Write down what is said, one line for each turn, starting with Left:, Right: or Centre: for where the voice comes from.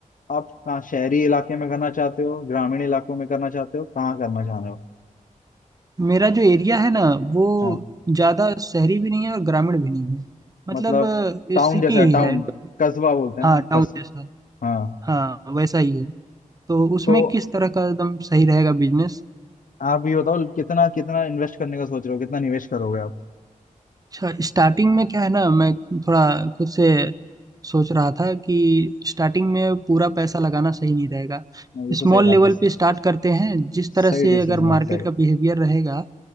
Left: आप कहाँ शहरी इलाके में करना चाहते हो ग्रामीण इलाकों में करना चाहते हो कहाँ करना चाह रहे हो
Right: मेरा जो एरिया है ना वो
Left: हाँ
Right: ज़्यादा शहरी भी नहीं है और ग्रामीण भी नहीं है मतलब
Left: मतलब
Right: अ,
Left: टाउन
Right: सिटी
Left: जैसा
Right: ही
Left: टाउन
Right: है
Left: कस्बा बोलते हैं
Right: हाँ
Left: ना
Right: टाउन
Left: कस
Right: जैसा
Left: हाँ
Right: हाँ वैसा ही है तो उसमें
Left: तो
Right: किस तरह का एकदम सही रहेगा बिजनेस
Left: आप ये बताओ कितना कितना इन्वेस्ट करने का सोच रहे हो कितना निवेश करोगे आप
Right: अच्छा स्टार्टिंग में क्या है ना मैं थोड़ा खुद से सोच रहा था कि स्टार्टिंग में पूरा पैसा लगाना सही नहीं रहेगा
Left: हाँ, ये तो
Right: स्मॉल
Left: सही बात
Right: लेवल
Left: है
Right: पे स्टार्ट करते हैं जिस तरह
Left: सही
Right: से
Left: डिसीजन
Right: अगर मार्केट
Left: आपका ये
Right: का बिहेवियर रहेगा